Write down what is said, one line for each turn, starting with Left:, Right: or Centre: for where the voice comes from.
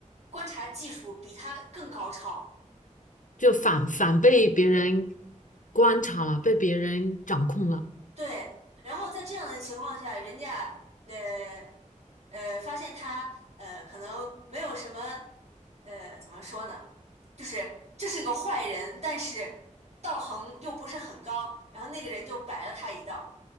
Right: 观察技术比他更高超，
Left: 就反反被别人观察了，被别人掌控了。
Right: 对，然后在这样的情况下，人家呃呃发现他呃可能没有什么呃怎么说呢，就是这是个坏人，但是道行又不是很高，然后那个人就摆了他一道，